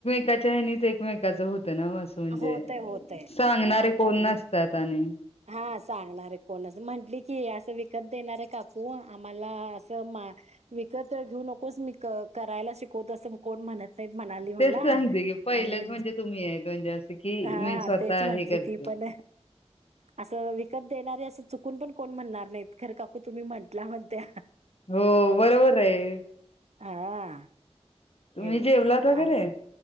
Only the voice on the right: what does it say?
होतय होतय
आणि आता
वि-
हा सांगणारे कोणच म्हंटली की असं विकत देणारे काकू आम्हाला असं मा विकत घेऊ नकोस मी करायला शिकवतो असं कोण म्हणत म्हणाली
मला
आणि
हा
तेच म्हटली
ती प <inaudible> असं विकत देणारे असं चुकून पण कोण म्हणणार नाहीत खरं काकू तुम्ही म्हटला म्हनत्या.
हा
हे होतय
आज